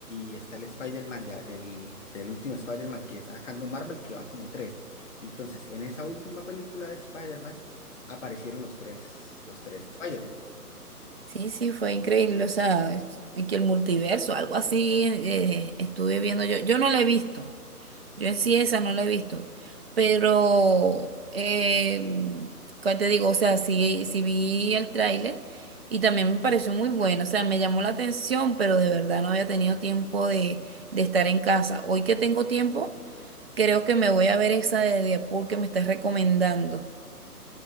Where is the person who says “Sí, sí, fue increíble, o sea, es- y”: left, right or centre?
Right